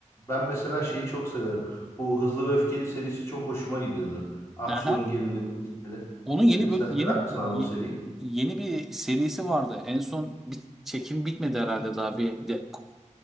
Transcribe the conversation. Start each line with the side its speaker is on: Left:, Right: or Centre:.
Left: ben mesela şeyi çok severim. Bu Hızlı ve Öfkeli serisi çok hoşuma gidiyordu. Aksiyon,
Centre: Aha.
Left: gerilim, bu tipleri.
Centre: Onun yeni
Left: Ee,
Centre: böl-
Left: sen sever
Centre: yeni
Left: misin abi o seriyi?
Centre: yeni bir serisi vardı. En son bir çekim bitmedi herhalde daha bir de,